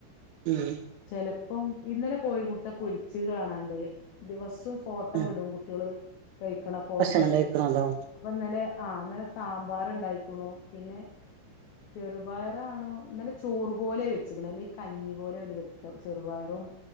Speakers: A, on the right (about 80°); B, on the left (about 90°).
A: ഉം
B: ചെലപ്പം ഇന്നലെ കോഴിമുട്ട പൊരിച്ച് കാണാണ്ട് ദിവസോം ഫോട്ടോ
A: ഉം
B: വിടും കുട്ട്യോള് കഴിക്കണ ഫോട്ടോ
A: ഭക്ഷണം
B: ഒക്കെ
A: കഴിക്കണല്ലോ
B: അപ്പൊ ഇന്നലെ ആ ഇന്നലെ സാമ്പാറ്ണ്ടായിക്ക്ണു പിന്നെ ചെറുപയറാണോ ഇന്നലെ ചോറ്പോലെ വെച്ച്ക്ക്ണെ അല്ലെങ്കി കഞ്ഞി പോലെ ഓല് വെക്ക ചെറുപയറും